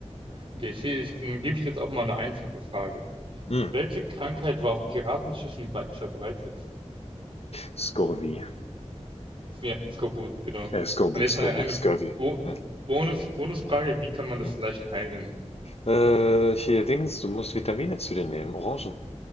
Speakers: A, on the right; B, on the left.
A: Okay, ich, ich, dann gebe ich jetzt auch mal eine einfache Frage.
B: Hm.
A: Welche Krankheit war auf Piratenschiffen weit verbreitet?
B: Scurvy.
A: Ja, Skorbut, genau.
B: Äh, Skorbut,
A: Und jetzt
B: Skorbut,
A: eine, eine
B: Scurvy.
A: Bo
B: Ja.
A: Bonus, Bonusfrage, wie kann man das
B: Hm.
A: leicht heilen?
B: Äh, hier, Dingens, du musst Vitamine zu dir nehmen, Orangen.